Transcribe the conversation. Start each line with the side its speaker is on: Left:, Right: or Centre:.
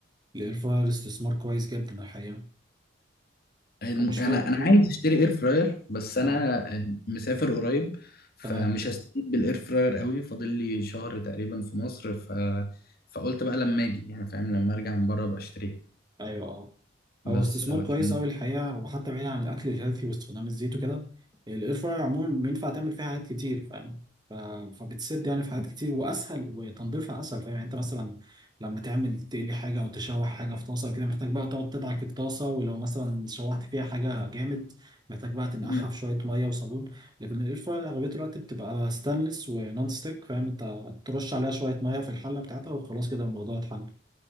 Right: الاير فراير استثمار كويس جدا الحقيقه
Left: الم-
Right: ومش
Left: أنا
Right: بقى
Left: أنا عايز أشتري إير فراير بس أنا
Right: اه
Left: آه، مسافر قريب فمش
Right: تمام
Left: هستفيد بالإير فراير قوي فاضل لي شهر تقريبا في مصر ف... فقلت بقى لما أجي يعني فاهم لما أرجع من بره أبقى أشتريها
Right: ايوه هو
Left: بس
Right: استثمار
Left: علشان
Right: كويس أوي الحقيقة وحتى بعيد عن الأكل الهيلثي واستخدام الزيت وكده الإير فراير عموما بينفع تعمل فيها حاجات كتير فاهم ف... فبتسد يعني في حاجات كتير وأسهل وتنظيفها أسهل فاهم يعني أنت مثلا لما تعمل تقلي حاجة أو تشوح حاجة في طاسة كده محتاج بقى تقعد تدعك الطاسة ولو مثلا شوحت فيها حاجة جامد محتاج بقى تنقعها
Left: مم.
Right: في شوية مية وصابون لكن الإير فراير أغلبية الوقت بتبقى ستانلس ونون ستيك فاهم أنت ترش عليها شوية مية في الحلة بتاعتها وخلاص كده الموضوع اتحل